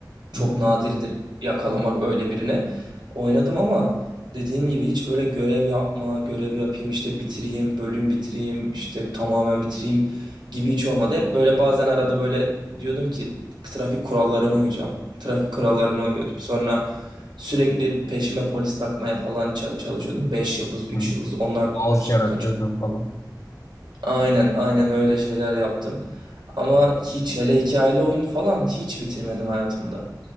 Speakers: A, on the right; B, on the left.
A: çok
B: Hı
A: nadirdir yakalamak öyle birini. Oynadım ama dediğim gibi hiç böyle görev yapma, görev yapayım işte bitireyim, bölüm bitireyim, işte tamamen bitireyim gibi hiç olmadı. Hep böyle bazen arada böyle diyordum ki trafik kurallarına uyacağım. Trafik kurallarına uyuyordum. Sonra Sürekli peşime polis takmaya falan ça- çalışıyordum. 5 yıldız, üç
B: hı.
A: yıldız onlardan
B: Kaos yaratıyordun
A: kaçtık.
B: falan.
A: Aynen aynen öyle şeyler yaptım. Ama hiç hele hikayeli oyun falan hiç bitirmedim hayatımda.